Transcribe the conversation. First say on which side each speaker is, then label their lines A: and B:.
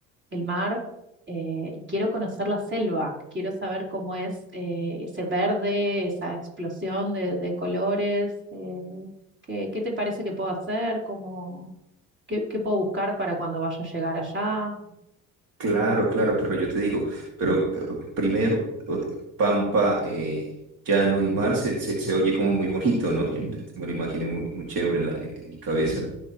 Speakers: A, on the right (about 30°); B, on the right (about 60°).
A: el mar, eh, y quiero conocer la selva, quiero saber cómo es eh, ese verde, esa explosión de, de colores, eh, ¿qué, qué te parece que puedo hacer? ¿Cómo, qué, qué puedo buscar para cuando vaya a llegar allá?
B: Claro, claro, claro, yo te digo, pero eh, primero, o- Pampa, eh, Llano y Mar se, se, se oye como muy bonito, ¿no? Yo me lo imaginé muy, muy chévere en, la- en- en mi cabeza.